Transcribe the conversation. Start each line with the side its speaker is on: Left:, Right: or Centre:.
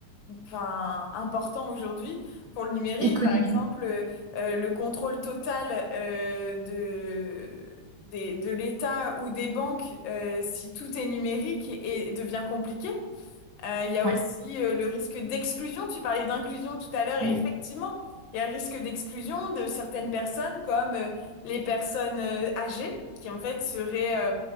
Left: enfin, important aujourd'hui pour le numérique.
Right: Économiquement,
Left: Par exemple, euh, euh, le contrôle total euh, de, des- de l'État ou des banques, euh, si tout est numérique, et devient compliqué. Euh, Il y a
Right: ouais.
Left: aussi euh, le risque d'exclusion. Tu parlais d'inclusion tout à l'heure
Right: Hum.
Left: et effectivement, il y a le risque d'exclusion de certaines personnes comme euh, les personnes euh, âgées qui en fait seraient euh,